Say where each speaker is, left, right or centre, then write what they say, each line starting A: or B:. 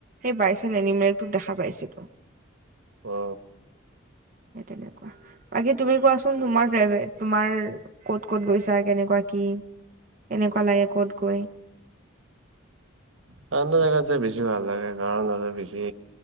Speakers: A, on the right; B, on the right.
A: সেই বাইশজন এনিমেলটো দেখা পাইছিলো
B: অ
A: সেই তেনেকোৱা বাকী তুমি কোৱাচোন তোমাৰ প্ৰাইভট তোমাৰ ক'ত ক'ত গৈছা কেনেকোৱা কি কেনেকোৱা লাগে কত গৈ
B: ঠাণ্ডা জাগাত যাই বেছি ভাল লাগে কাৰণ তাতে বেছি